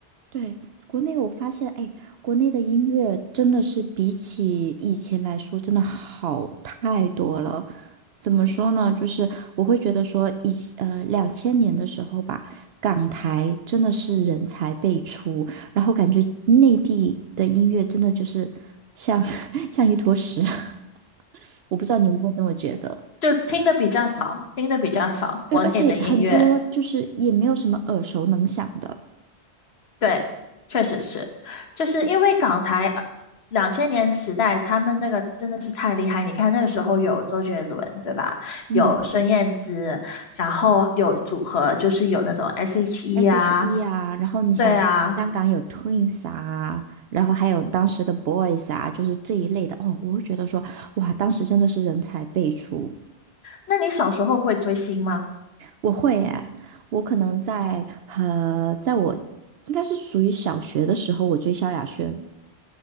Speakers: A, on the right (about 70°); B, on the left (about 70°).
A: 对，国内我发现，哎，国内的音乐真的是比起以前来说，真的好太多了。怎么说呢？就是我会觉得说以，呃两千年的时候吧，港台真的是人才辈出，然后感觉内地的音乐真的就是像 <laughs> 像一坨屎。<laughs> 我不知道你会不会这么觉得？
B: 就听的比较少，听的比较少，
A: 对，
B: 国内的音乐，
A: 而且很多就是也没有什么耳熟能详的。
B: 对，确实是，就是因为港台两千年时代，他们那个真的是太厉害。你看那个时候有周杰伦，对吧？
A: 嗯。
B: 有孙燕姿，然后有组合，就是有那种 S.H.E
A: S.H.E
B: 啊，
A: 啊，然后你想香港有
B: 对啊。
A: Twins 啊，然后还有当时的 Boys 啊，就是这一类的哦，我会觉得说，哇，当时真的是人才辈出。
B: 那你小时候会追星吗？
A: 我会耶，我可能在呃，在我应该是属于小学的时候，我追萧亚轩，